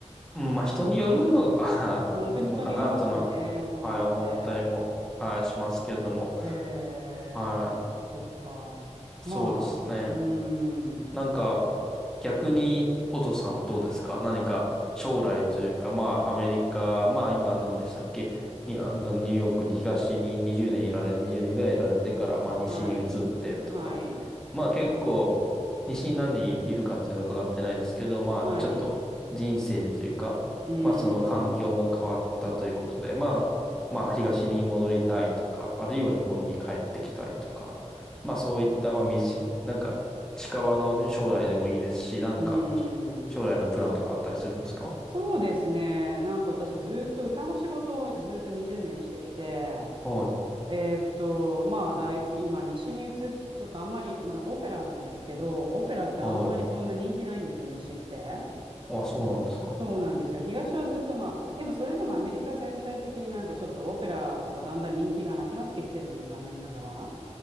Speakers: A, in the centre; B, on the right (about 45°).
A: うんまあ人によるのが
B: 本当に人によりますよね。
A: <laughs> のかなというのは、
B: そういうのって。
A: はい、思ったりも、はい、しますけれども。
B: へえ、
A: はい、
B: そっかそっか。
A: そうですね。
B: まあ、うーん。
A: なんか、逆に、お父さんはどうですか何か、将来というか、まあ、アメリカ、まあ、今、何でしたっけに、あの、ニューヨークに東に20年いられ、20年ぐらいいられてから、まあ、西に移ってとか、
B: はい。はい。
A: まあ、結構、西に何人いるかっていうのは伺ってないですけど、まあ、
B: はい。
A: ちょっと、
B: う
A: 人生というか、
B: ーん。
A: まあ、その環境も変わったということで、まあ、まあ、東に戻りたいとか、あるいは日本に帰ってきたいとか、まあ、そういった、まあ、身近、なんか、近場の将来でもいいですし、なんか、
B: うーん。
A: 将来のプランとかあったりするんですか
B: そうですね。なんか私ずっと歌の仕事をずっと20年してきて、
A: はい。
B: えーっと、まあ大、今西に移ってちょっとあんまり、まあ、オペラなんですけど、オペラってあんまりそんな人気ないんですよ、
A: はい。
B: 西って。
A: あ、そうなんですか。
B: そうなんですよ。東はずっとまあ、でもそれでもアメリカ全体的になんかちょっとオペラはだんだん人気がなくなってきてるので、残念ながら。